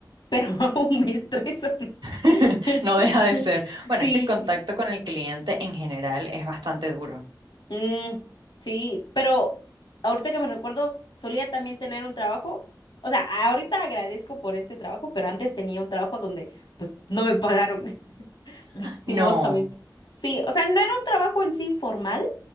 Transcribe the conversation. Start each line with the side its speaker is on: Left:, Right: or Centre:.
Left: pero <laughs> aún me estreso. <laughs>
Right: <laughs> No deja de ser. Bueno,
Left: Sí,
Right: es que el contacto con el cliente en general es bastante duro.
Left: mm, sí, pero ahorita que me recuerdo, solía también tener un trabajo. O sea, ahorita agradezco por este trabajo, pero antes tenía un trabajo donde pues no me pagaron, <laughs> lastimosamente.
Right: No,
Left: Sí, o sea, no era un trabajo en sí formal,